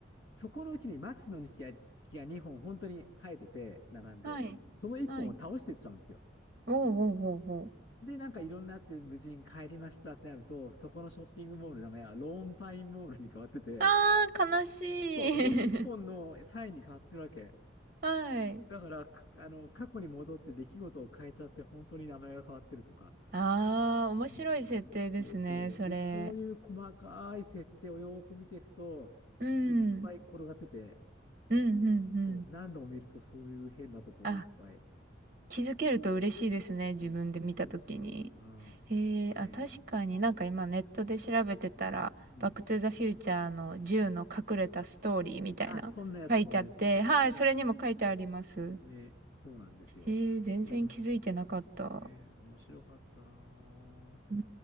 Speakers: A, on the left; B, on the right.
A: そこのうちに松の木が、木が2本本当に生えてて、並んで、
B: はい。
A: その1本を倒してっちゃうんですよ。
B: はい。うおうおうおう。
A: で、なんかいろんなあって無事に帰りましたってなると、そこのショッピングモールの名前はローンパインモールに変わってて、
B: ああ悲しい。
A: そう。で、一本のサインに変わってるわけ。
B: <laughs> はい。
A: だから、かあの、過去に戻って出来事を変えちゃって、本当に名前が変わってるとか。
B: ああ面白い設定ですね、
A: うん。そうそう。
B: それ。
A: で、そういう細かい設定をよーく見ていくと、
B: うん。
A: いっぱい転がってて、
B: うん、うん、うん。
A: そう。何度も見るとそういう変なところいっぱい。
B: あ、気づけると嬉しいですね、
A: そうそうそうそう。
B: 自分で見たときに。
A: うん。
B: へえ、
A: ねえ。
B: あ、確かになんか今ネットで調べてたら、
A: うん。
B: バックトゥザフューチャーの銃の隠れたストーリーみたいな書いてあって、
A: うんあ、そんなやつ、そんなやつ。
B: はい、
A: そうそうそうそ
B: それにも書いてあります。
A: う。ね、そうなんですよ。
B: へえ、全然気づいてなかった。
A: うん。ね、面白かったなぁ。
B: うー